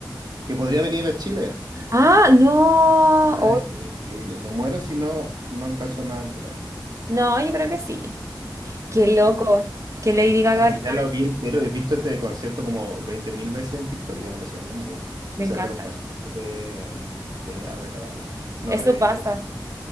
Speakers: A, on the right (about 60°); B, on the right (about 40°).
A: Que podría venir a Chile.
B: Ah, no.
A: Ah,
B: Oh,
A: sería increíble. Me muero si no, no alcanzo nada a entrar.
B: no, yo creo que sí. Qué loco,
A: Por-
B: que Lady Gaga
A: aunque
B: está
A: ya la
B: de-
A: vi entero, he visto este concierto como 20.000 veces en TikTok, ya me lo sé de memoria.
B: Me
A: Me sé
B: encanta.
A: hasta los pasos de, de Abracadabra. No,
B: Eso
A: de,
B: pasa,